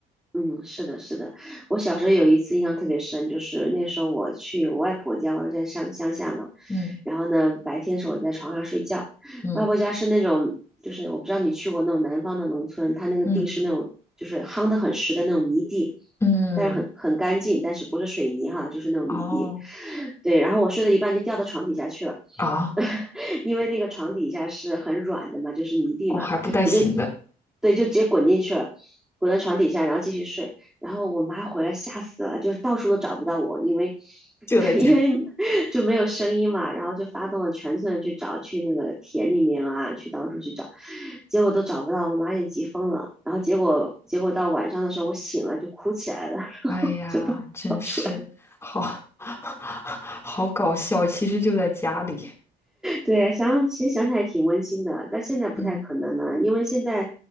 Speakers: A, in the centre; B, on the left (about 15°).
A: 嗯，是的，是的。我小时候有一次印象特别深，就是那时候我去我外婆家，我外婆家在乡乡下嘛。
B: 嗯
A: 然后呢，白天的时候我在床上睡觉，
B: 嗯
A: 外婆家是那种，就是我不知道你去过那种南方的农村，它那个地是那种就是夯得很实的那种泥地，
B: 嗯嗯，
A: 但是很很干净，但是不是水泥哈，就是那种泥地。
B: 哦
A: <laughs> 对，然后我睡到一半就掉到床底下去了。
B: 啊，
A: <laughs> 因为那个床底下是很软的嘛，就是泥地嘛，
B: 哦还不带醒的，
A: 我就对，就直接滚进去了，滚到床底下，然后继续睡。然后我妈回来吓死了，就是到处都找不到我，因为 <laughs>
B: 就在家，
A: 对，因为就没有声音嘛，然后就发动了全村人去找，去那个田里面啊，去到处去找，结果都找不到，我妈也急疯了。然后结果结果到晚上的时候，我醒了就哭起来了，<laughs>
B: 哎呀，
A: 就抱抱出来。
B: 真是好 <laughs> 好搞笑，其实就在家里。
A: 对，想想其实想起来挺温馨的，但现在不太可能了，
B: 嗯
A: 因为现在